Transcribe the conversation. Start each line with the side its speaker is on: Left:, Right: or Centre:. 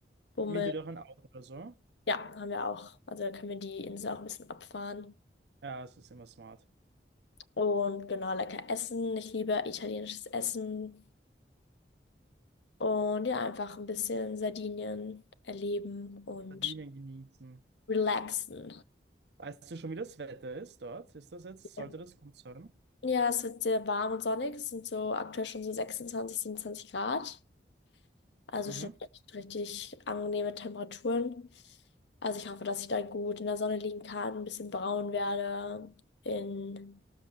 Left: Bummel
Right: Miete dir auch ein Auto oder so?
Left: Ja, haben wir auch. Also dann können wir die Insel auch ein bisschen abfahren.
Right: Ja, es ist immer smart.
Left: Und genau, lecker essen. Ich liebe italienisches Essen. Und ja, einfach ein bisschen Sardinien erleben und
Right: Verdienen, genießen.
Left: relaxen.
Right: Weißt du schon, wie das Wetter ist dort? Ist das jetzt, sollte
Left: Ja.
Right: das gut sein?
Left: Ja, es wird sehr warm und sonnig. Es sind so aktuell schon so 26, 27 Grad. Also
Right: Mhm.
Left: schon echt richtig angenehme Temperaturen. Also ich hoffe, dass ich da gut in der Sonne liegen kann, ein bisschen braun werde, in